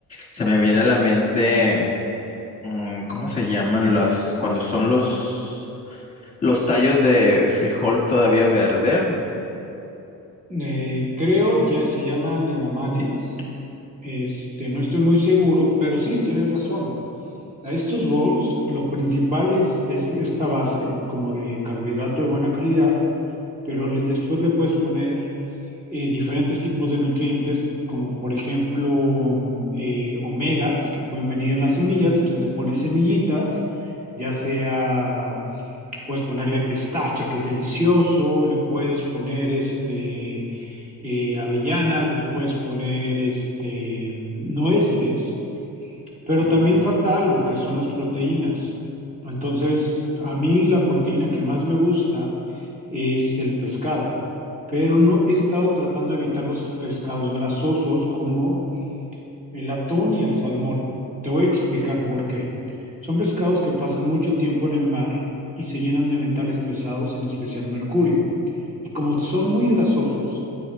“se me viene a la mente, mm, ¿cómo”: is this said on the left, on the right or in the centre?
Left